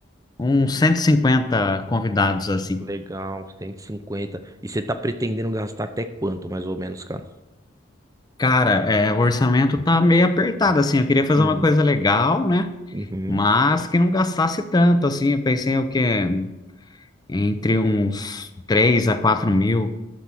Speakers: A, on the left; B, on the right.
A: uns 150 convidados assim.
B: Legal, 150. E cinquenta. E você tá pretendendo gastar até quanto, mais ou menos, cara?
A: Cara, é, o orçamento tá meio apertado assim. Eu queria fazer
B: Uhum.
A: uma coisa legal, né?
B: Uhum.
A: mas que não gastasse tanto, assim, eu pensei o quê? Entre uns três a quatro mil,